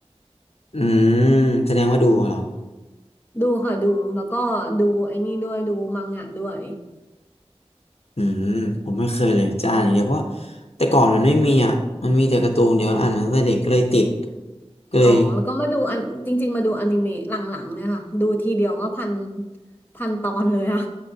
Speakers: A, on the left (about 65°); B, on the left (about 15°).
A: อืมแสดงว่าดูเหรอ
B: ดูค่ะดูแล้วก็ดูไอ้นี่ด้วยดูมังงะด้วย
A: อืมผมไม่เคยเลยจะอ่านอย่างเดียวเพราะแต่ก่อนมันไม่มีอ่ะมันมีแต่การ์ตูนเดี๋ยวอ่านมาตั้งแต่เด็กก็เลยติดก็เลย
B: อ๋อแล้วก็มาดูอันจริงๆมาดูอนิเมะหลังๆเนี่ยค่ะดูทีเดียวก็พันพันตอนเลยอะ